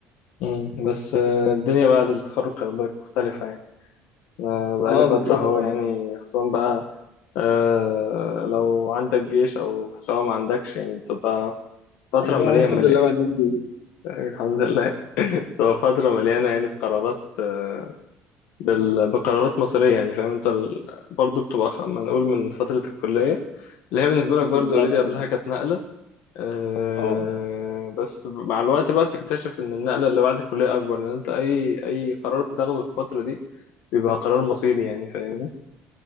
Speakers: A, on the left (about 60°); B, on the left (about 85°).
A: مم. بس آه، الدنيا بعد التخرج خلي بالك مختلفة يعني آه، بقالي
B: اه
A: فترة
B: بالظبط
A: اهو
B: اه
A: يعني خصوصا بقى آه، لو عندك جيش او سواء ما عندكش يعني بتبقى
B: <laughs>
A: فترة
B: آه،
A: مليانة
B: الحمد
A: مليانة
B: لله ما عنديش جيش
A: <laughs> الحمد لله <laughs> بتبقى فترة مليانة يعني بقرارات آه، بال- بقرارات مصيرية يعني فاهم انت ال- برضو بتبقى خ- ما نقول من فترة الكلية اللي هي بالنسبة لك برضو
B: بالظبط
A: اوريدي قبلها
B: اه
A: كانت نقلة أه
B: اه
A: بس مع الوقت بقى بتكتشف ان النقله اللي بعد الكليه اكبر لان انت اي اي قرار بتاخده في الفتره دي بيبقى قرار مصيري يعني فاهمني